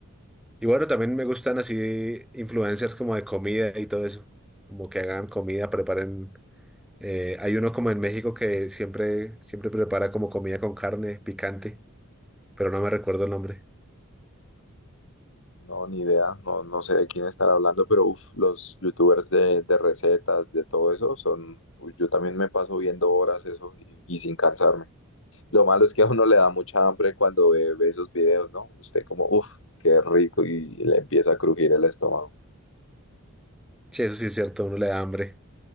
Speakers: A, in the centre; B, on the left.
A: Y bueno, también me gustan así influencers como de comida y todo eso, como que hagan comida, preparen. eh, hay uno como en México que siempre, siempre prepara como comida con carne picante, pero no me recuerdo el nombre.
B: No, ni idea, no, no sé de quién estar hablando, pero uf, los YouTubers de, de recetas, de todo eso, son, uy, yo también me paso viendo horas eso y, y sin cansarme. Lo malo es que a uno le da mucha hambre cuando ve, ve esos videos, ¿no? Usted como, uff, qué rico y le empieza a crujir el estómago.
A: Sí, eso sí es cierto, a uno le da hambre.